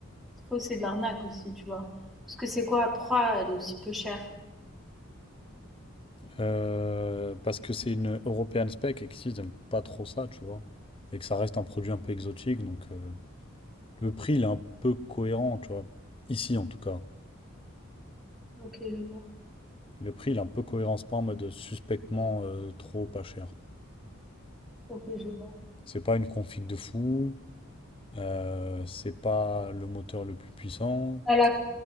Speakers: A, in the centre; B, on the left.
A: C'est faux, c'est de l'arnaque aussi, tu vois. Parce que c'est quoi, Proie, elle est aussi peu chère.
B: Euh, parce que c'est une European spec et qu'ici, ils aiment pas trop ça, tu vois. Et que ça reste un produit un peu exotique, donc. euh, Le prix, il est un peu cohérent, tu vois. Ici, en tout cas.
A: Ok, je vois.
B: Le prix, il est un peu cohérent. C'est pas en mode suspectement euh, trop pas cher.
A: Ok, je vois.
B: C'est pas une config de fou. euh, c'est pas le moteur le plus puissant.
A: Elle a,